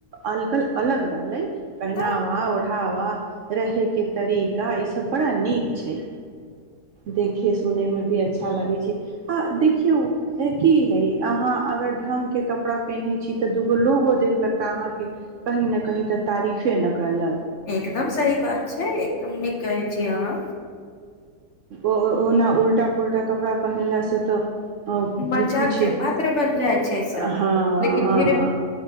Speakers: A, on the right (about 70°); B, on the left (about 55°).
A: अलगल अलग रहले पहनावा
B: तऽ
A: ओढ़ावा रहे के तरीका ई सब बड़ा नीक छै देखे सुने मे भी अच्छा लगे छै आ देख एक <unintelligible> कि हे अहाँ अगर ढंग के कपड़ा पहिनेे छी तऽ दूगो लोगो देखलक तऽ अहाँ के कहीं न कहीं त तारीफे न केलक
B: एकदम सही बात छै एकदम नीक कहै छी अहाँ
A: ओ ओ ओना उल्टा पुल्टा कपड़ा पहिनला से तऽ किछु
B: मजाक के पात्र बन जाइ छै
A: हँ
B: सब लेकिन
A: हँ
B: फिर भी